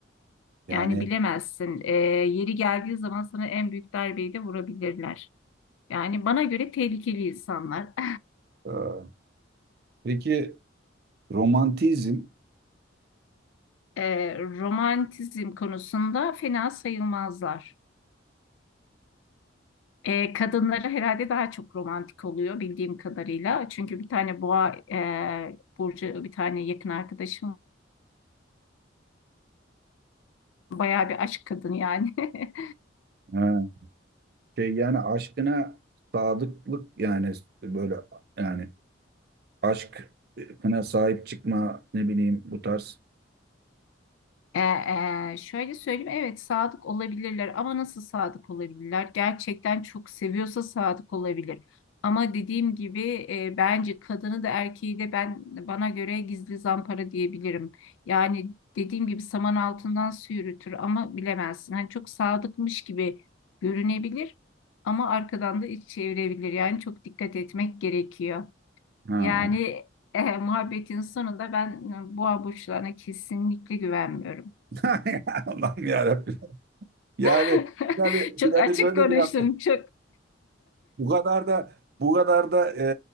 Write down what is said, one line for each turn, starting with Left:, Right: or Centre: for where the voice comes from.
Right: Yani
Left: Yani bilemezsin. E, yeri geldiği zaman sana en büyük darbeyi de vurabilirler. Yani bana göre tehlikeli insanlar. <laughs>
Right: Aa, Peki romantizm
Left: E, romantizm konusunda fena sayılmazlar. E, kadınları herhalde daha çok romantik oluyor bildiğim kadarıyla. Çünkü bir tane boğa e, burcu bir tane yakın arkadaşım bayağı bir aşk kadını yani. <laughs>
Right: ha, şey yani aşkına sadıklık yani böyle yani aşkına sahip çıkma ne bileyim bu tarz.
Left: E, e, şöyle söyleyeyim, evet sadık olabilirler ama nasıl sadık olabilirler? Gerçekten çok seviyorsa sadık olabilir. Ama dediğim gibi e, bence kadını da erkeği de ben bana göre gizli zampara diyebilirim. Yani dediğim gibi saman altından su yürütür ama bilemezsin. Hani çok sadıkmış gibi görünebilir ama arkadan da iç çevirebilir. Yani çok dikkat etmek gerekiyor.
Right: Ha.
Left: Yani e, muhabbetin sonunda ben e, boğa burçlarına kesinlikle güvenmiyorum.
Right: <laughs> Allah'ım yarabbim. Yani
Left: <laughs>
Right: yani
Left: Çok
Right: yani
Left: açık
Right: böyle
Left: konuştum
Right: bir yaptı.
Left: çok.
Right: Bu kadar da bu kadar da